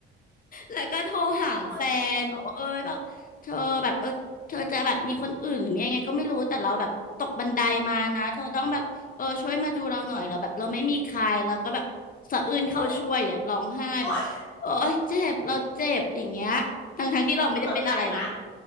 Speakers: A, on the left (about 30°); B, on the left (about 85°).
A: แล้วก็โทรหาแฟนบอกว่าเออแบบเธอแบบเออเธอจะแบบมีคนอื่นหรือมียังไงก็ไม่รู้แต่เราแบบตกบันไดมานะเธอต้องแบบเออช่วยมาดูเราหน่อยเราแบบเราไม่มีใครแล้วก็แบบสะอื้นเข้าช่วยอ่ะร้องไห้แบบโอ๊ยเจ็บเราเจ็บอย่างเงี้ยทั้งทั้งที่เราไม่ได้เป็นอะไรนะ
B: โอ้ยอุ๊ยโอ้ยเขาสนใจไหมะ